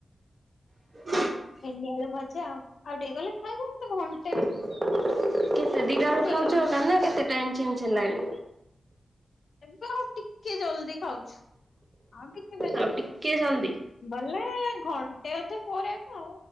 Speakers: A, on the right; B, on the left.
A: <unintelligible>
B: ଭେଣ୍ଡି ଆଳୁ ଭଜା ଆଉ ଆଉଟିକେ ଗଲେ ଖାଇବୁ ଏନ୍ତି ଘ୍
A: କେତେ ଦିଟା ବେଳୁ
B: ହେଇଗଲାଣି
A: ଖାଉଛ ଜାଣିନ କେତେ ଟାଇମ ଚେଞ୍ଜ ହେଲାଣି।
B: ଏବେ ଆଉ ଟିକେ ଜଲଦି ଖାଉଛୁ ଆଉ ଟିକେ
A: ଆଉ ଟିକେ ଜଲଦି।
B: ଗଲେ ଘଣ୍ଟେ ଅଧେ ପରେ କୁ ଆଉ